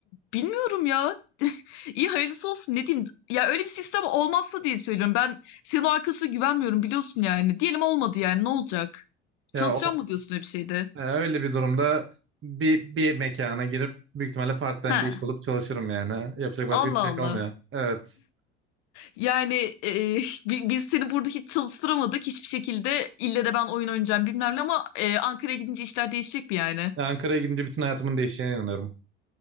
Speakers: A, on the left; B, on the right.
A: bilmiyorum ya. <laughs> İyi hayırlısı olsun ne diyeyim. Ya öyle bir sistem olmazsa diye söylüyorum. Ben senin o arkasına güvenmiyorum biliyorsun yani. Diyelim olmadı yani ne olacak?
B: Ya
A: Çalışacağım
B: o
A: mı diyorsun öyle bir şeyde?
B: ya öyle bir durumda bir bir mekana girip büyük ihtimalle part-time
A: He.
B: bir iş bulup çalışırım yani. Yapacak başka
A: Allah
B: bir şey kalmıyor.
A: Allah.
B: Evet.
A: Yani e, <laughs> bi- biz seni burada hiç çalıştıramadık hiçbir şekilde. İlle de ben oyun oynayacağım bilmem ne ama e, Ankara'ya gidince işler değişecek mi yani?
B: Ankara'ya gidince bütün hayatımın değişeceğine inanıyorum.